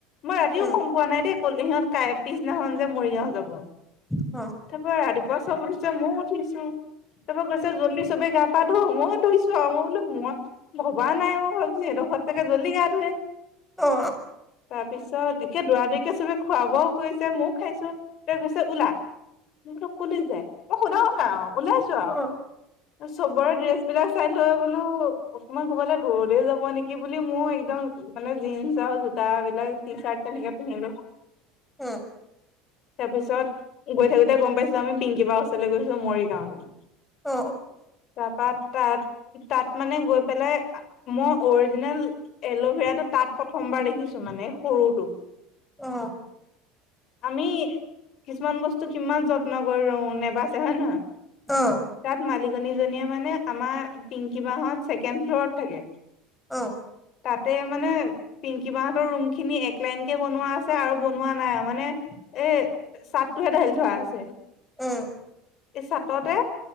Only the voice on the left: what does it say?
মই ৰাতিও
গম পোৱা নাই দেই, কল সিহঁত পিছদিনাখন যে মৰিগাও যাব।
তাৰ পৰা ৰাতিপুৱা চব উঠিছে, ময়ও উঠিছো, তাৰ পৰা কৈছে জলদি চবেই গা পা ধু, মই ধৈছো আৰু মই বোলো মই ভবা নাই, মই ভাবিছো সিহঁতৰ ঘৰত চাগে, জলদি গা ধুৱে।
তাৰপিছত একে দৌৰা- দৌৰিকৈ চবে খোৱা-বোৱাও কৰিছে, ময়ো খাইছো, তাৰপিছত কৈছে ওলা। মই বুলো কৈলৈ যায়, মই সোধাও নাই আৰু ওলাইছো আৰু,
চবৰে ড্ৰেছ বিলাক চাই লৈ বোলো, অকণমান ক' ৰবালে দূৰলৈ যাব নেকি! কি বুলি ময়ো একদম মানে জিন্নছ আৰু জোতা এইবিলাক টিচাৰ্ট তেনেকে পিন্ধিলো।
তাৰ পিছত গৈ থাকোতে গম পাইছো, আমি পিংকিব বা ওচৰলৈ গৈছো মৰিগাঁৱলৈ।
তাৰপা, তাত-তাত মানে গৈ পেলাই মই অজি নেল এল'ভেৰাতটো তাত প্ৰথমবাৰ দেখিছো মানে সৰুটো।
আমি কিছুমান বস্তু কিমান যত্ন কৰি ৰো নেবাচে হয় নে নহয়?
তাত মালিকনীজনীয়ে মানে আমাৰ পিংকী বাহত ছেকেণ্ড ফ্ল'ৰত থাকে।
তাতে মানে পিংকি বাহঁতৰ ৰুম খিনি এক লাইন কে বনোৱা আছে আৰু বনোৱা নাই আৰু মানে এ, চাটটোহে ঢালি থোৱা আছে।
এই চাটতে